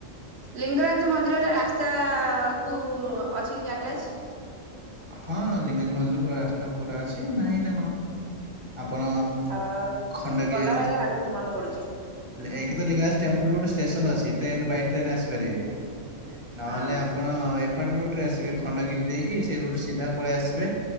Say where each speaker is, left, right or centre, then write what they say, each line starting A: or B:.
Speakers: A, on the right; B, on the right.
A: ଲିଙ୍ଗରାଜ ମନ୍ଦିରଟା ରାସ୍ତା କୁ ଅଛି କି ଆଟାଚ୍?
B: ହଁ, ଲିିଙ୍ଗ ରାଜ ମନ୍ଦିର ପୁରା ରାସ୍ତା କୁ ପୁରା ଅଛି ନାହିଁ ନା କଣ। ଆପଣ
A: ହ
B: ଖଣ୍ଡଗିରି
A: ଗଲା ବାଗିଆ ଲାଗୁଚି ମନେ ପଡୁଛି।
B: ଏକ ତ ଲିଙ୍ଗରାଜ ଟେମ୍ପଲ ରୋ ଷ୍ଟେସନ ଅଛି ଟ୍ରେନ ବାଇ ଟ୍ରେନ ଆସିପାରେ। ନହେଲେ
A: ହଁ।
B: ଆପଣ ଏପାଟ ରୁଟରେ ଆସିବେ ଖଣ୍ଡଗିରି ଦେଇକି ସେଇ ରୁଟ ସିଧା ପଳେଇ ଆସିବେ